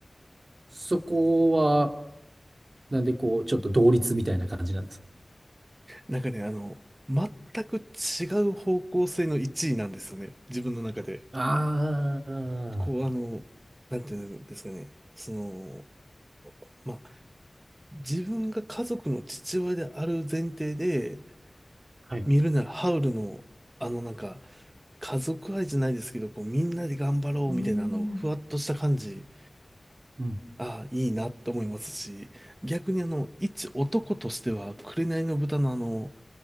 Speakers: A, on the right; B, on the right.
A: そこは、なんで、こう、ちょっと同率みたいな感じなんです。
B: なんかね、あの、全く違う方向性の一位なんですよね。自分の中で。
A: ああ、
B: こう、あの、なんていうんですかね。その、まあ、自分が家族の父親である前提で、
A: はい。
B: 見るならハウルの、あのなんか、家族愛じゃないですけど、こう、みんなで頑張ろうみたいな、
A: うー
B: あの、ふわっとした感じ、
A: ん。うん。
B: ああ、いいなって思いますし、逆にあの、一男としては、紅の豚のあの、